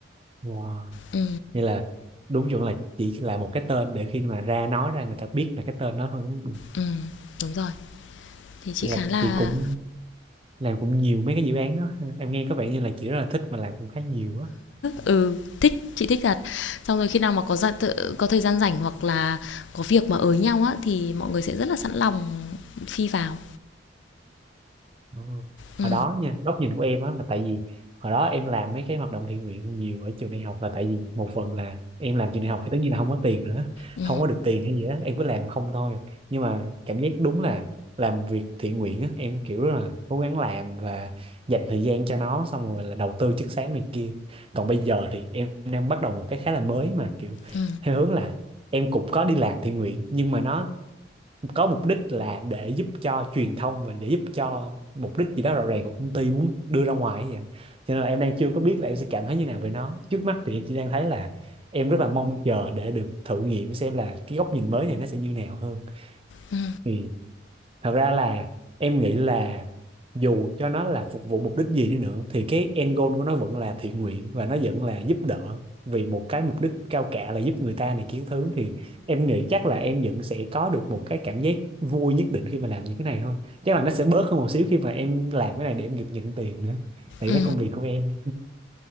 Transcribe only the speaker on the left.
ừ,
ừ, đúng rồi thì chị
khá
là
ừ thích chị thích thật xong rồi khi nào mà có ra tự, có thời gian rảnh hoặc là có việc mà ới nhau á thì mọi người sẽ rất là sẵn lòng phi vào
ừ,
ừ,
ừ,
ừ,
ừ.